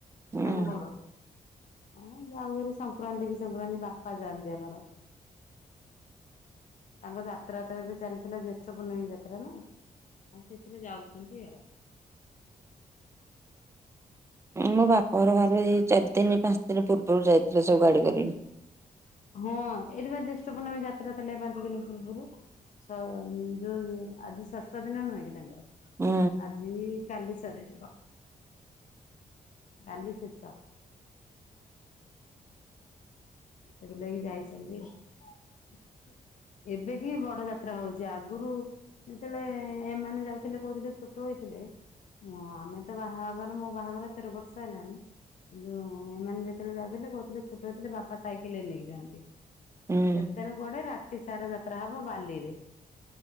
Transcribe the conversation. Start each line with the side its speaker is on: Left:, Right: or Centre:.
Right: ହୁଁ।
Left: ଆମ ଘରଠୁ। ହଁ ଯାଉହାରି ସଂକ୍ରାନ୍ତିକି ସଂକ୍ରାନ୍ତି ବାପା ଯାଆନ୍ତି ଆମର। ତାଙ୍କ ଯାତ୍ରାତ ଏବେ ଚାଲିଥିଲା ଜ୍ୟେଷ୍ଠ ପୂର୍ଣ୍ଣମୀ ଯାତ୍ରାନା। ହଁ ସେଥିରେ ଯାଉଛନ୍ତି ଆଉ।
Right: ମୋ ବାପା ଘରୁ ଚାରି ଦିନ ପାଞ୍ଚ ଦିନ ପୂର୍ବରୁ ଯାଇଥିଲେ ସବୁ ଗାଡି କରିକି।
Left: ହଁ ଏଠି ବା ଜ୍ୟେଷ୍ଠ ପର୍ଣ୍ଣମେ ଯାତ୍ରା ଥିଲେ ପାଞ୍ଚ ଦିନ ପୂର୍ବରୁ। ଛ ଯୋଉ ଆଜି ଷଷ୍ଠ ଦିନ ନୁହେଁ କି ତାଙ୍କର
Right: ହୁଁ।
Left: ଆଜି କାଲି ସରେ ଯିବା <unintelligible> କାଲି ଶେଷ। ସେକୁ ନେଇକି ଯାଇଛନ୍ତି <unintelligible> ଏବେ କି ବଡ ଯାତ୍ରା ହଉଛି ଆଗରୁ ଯେତେବେଳେ ଏମାନେ ଯାଉଥିଲେ କହୁଥିଲେ ଛୋଟ ହେଇଥିଲେ। ମୁଁ ଆମେ ତ ବାହାଘର ମୋ ବାହାଘର ତେର ବର୍ଷ ହେଲାଣି। କିନ୍ତୁ ଏମାନେ ଯେତେବେଳେ ଯାଉଥିଲେ କହୁଥିଲେ ଛୋଟ ହେଉଥିଲେ ବାପା ସାଇ ଦେଖିଲେ ନେଇକି ଯାଆନ୍ତି ସେତେବେଳେ
Right: ହୁଁ
Left: କୁଆଡେ ରାତି ସାରା ଯାତ୍ରା ହବ ବାଲିରେ।